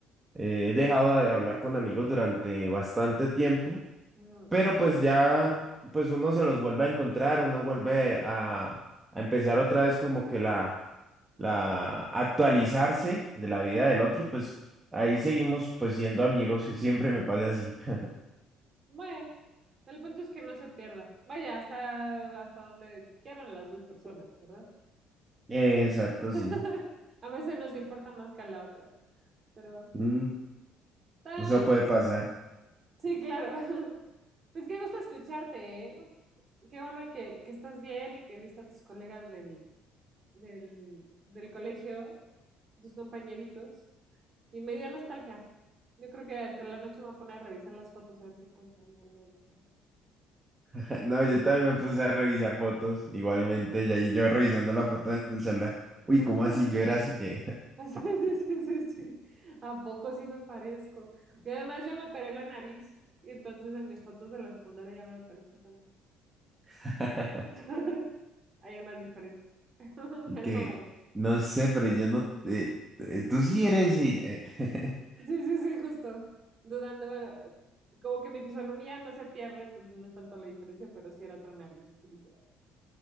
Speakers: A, on the right (about 20°); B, on the right (about 40°).
A: Eh, he dejado de hablar con amigos durante bastante tiempo,
B: Ujú.
A: pero pues ya, pues uno se los vuelve a encontrar, uno vuelve a, a empezar otra vez como que la, la actualizarse de la vida del otro y pues ahí seguimos pues siendo amigos y siempre me pasa así. <laughs>
B: Bueno, el punto es que no se pierda. Vaya, hasta, hasta donde quieran las dos personas, ¿verdad?
A: Exacto,
B: <laughs>
A: sí.
B: A veces nos importa más que a la otra. Pero,
A: Mm,
B: ah,
A: eso
B: oye,
A: puede
B: pues
A: pasar.
B: Sí, claro. <laughs> Pues qué gusto escucharte, ¿eh? Qué bueno que, que estás bien y que viste a tus colegas del, del, del colegio, tus compañeritos. Y me dio nostalgia. Yo creo que hasta la noche me voy a poner a revisar las fotos a ver si encuentro ahí algo de mi generación.
A: <laughs> No, yo también me puse a revisar fotos igualmente y ahí yo revisando la foto en el celular. Uy,
B: <laughs>
A: ¿cómo así? Yo era así. eh.
B: Sí, sí, sí, sí. sí. ¿A poco sí me parezco? Y además yo me operé la nariz y entonces en mis fotos de la secundaria ya no me parezco tanto.
A: <laughs>
B: <laughs> Hay unas diferencias. <laughs>
A: Y
B: Pero
A: que,
B: bueno.
A: no sé, pero yo no, eh, eh, tú sí eres ella. eh.
B: Sí, sí, sí, justo. Dudando, bueno, eh, como que mi fisonomía no se pierde, entonces no es tanta la diferencia, pero sí era otra nariz, definitivamente.